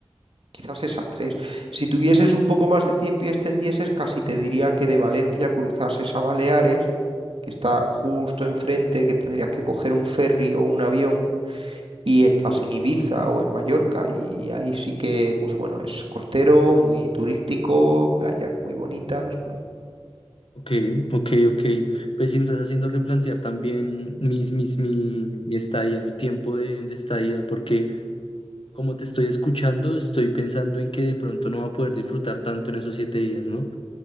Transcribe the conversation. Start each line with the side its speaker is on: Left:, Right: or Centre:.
Right: Quizás esas tres. Si tuvieses un poco más de tiempo y extendieses, casi te diría que de Valencia cruzases a Baleares, que está justo enfrente, que tendrías que coger un ferry o un avión y estás en Ibiza o en Mallorca y ahí sí que, pues bueno, es costero, muy turístico, playas muy bonitas. ¿no?
Left: Ok, ok, ok. Pues sí, me estás haciendo replantear también mis, mis, mi, mi estadía, mi tiempo de, de estadía, porque como te estoy escuchando, estoy pensando en que de pronto no va a poder disfrutar tanto en esos siete días, ¿no?